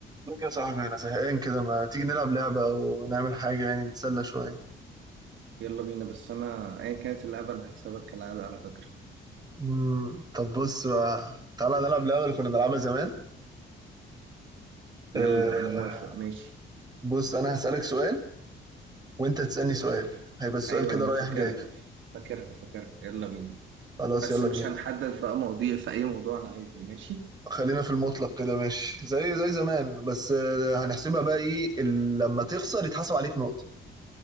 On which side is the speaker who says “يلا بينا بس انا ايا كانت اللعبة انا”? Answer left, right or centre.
Right